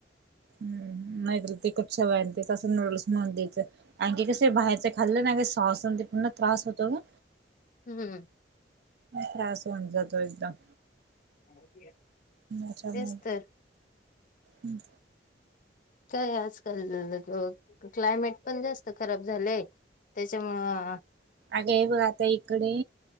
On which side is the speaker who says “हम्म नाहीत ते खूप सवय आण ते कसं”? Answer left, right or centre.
Right